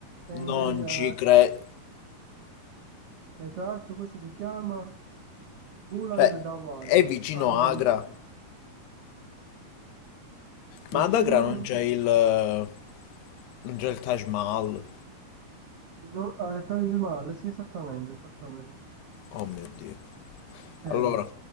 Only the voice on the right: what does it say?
e invece
era
E tra l'altro questo si chiama Buland
Dawaz,
Armand
vicino,
no, eh, Taj Mahal, sì esattamente, esattamente.
Eh,
vabbè.